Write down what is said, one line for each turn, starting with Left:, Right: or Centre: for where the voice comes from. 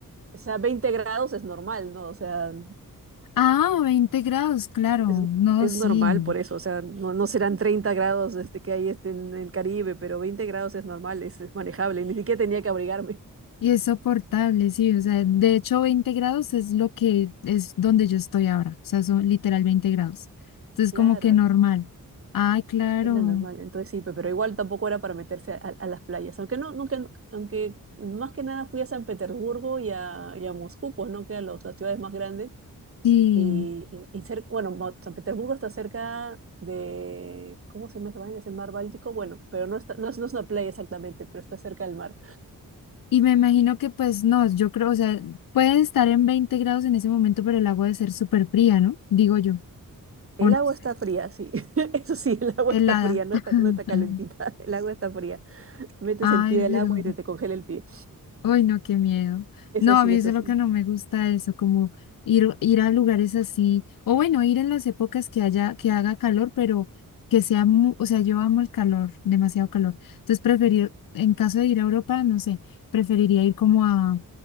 Right: o sea, 20 grados es normal, ¿no? O sea,
Left: Ah, 20 grados, claro.
Right: es,
Left: No,
Right: es
Left: sí.
Right: normal por eso, o sea, no, no serán 30 grados este, que hay este, en el Caribe, pero 20 grados es normal, es, es manejable, ni siquiera tenía que abrigarme.
Left: Y es soportable, sí. O sea, de hecho, 20 grados es lo que es donde yo estoy ahora. O sea, son literal 20 grados. Entonces,
Right: Claro,
Left: como que normal. Ay, claro.
Right: Es la normal, entonces sí, pe- pero igual tampoco era para meterse a, a- a las playas, aunque no, nunca, aunque más que nada fui a San Petersburgo y a, y a Moscú, pues no que a los- las ciudades más grandes,
Left: Sí.
Right: y, y, y cer- bueno, Mo- San Petersburgo está cerca de, ¿cómo se llama esa vaina? ¿Es el mar Báltico? Bueno, pero no, está, no, es, no es una playa exactamente, pero está cerca del mar.
Left: Y me imagino que, pues, no, yo creo, o sea, puede estar en 20 grados en ese momento, pero el agua debe ser súper fría, ¿no? Digo yo.
Right: El
Left: O no
Right: agua
Left: sé.
Right: está fría, sí, <laughs> eso sí, el agua
Left: Helada.
Right: está fría, no
Left: <laughs>
Right: está, no está calentita, <laughs> el agua está fría, metes
Left: Ay,
Right: el pie al
Left: pero.
Right: agua y se te congela el pie,
Left: Ay, no, qué miedo.
Right: eso
Left: No,
Right: sí,
Left: a mí
Right: eso
Left: eso es
Right: sí.
Left: lo que no me gusta eso, como ir, ir a lugares así, o bueno, ir en las épocas que haya, que haga calor, pero que sea, mu- o sea, yo amo el calor, demasiado calor. Entonces, preferir, en caso de ir a Europa, no sé, preferiría ir como a